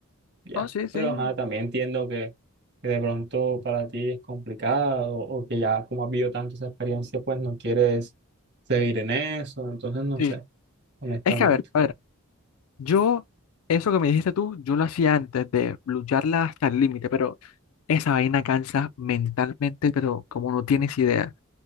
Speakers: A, on the right (about 50°); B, on the left (about 80°).
A: ya.
B: No, sí, sí,
A: Pero ajá, también entiendo que, que de pronto para ti es complicado o que ya como has vivido tanto esa experiencia, pues no quieres seguir en eso. Entonces, no
B: sí.
A: sé, honestamente.
B: Es que a ver, a ver, yo, eso que me dijiste tú, yo lo hacía antes de lucharla hasta el límite, pero esa vaina cansa mentalmente, pero como no tienes idea.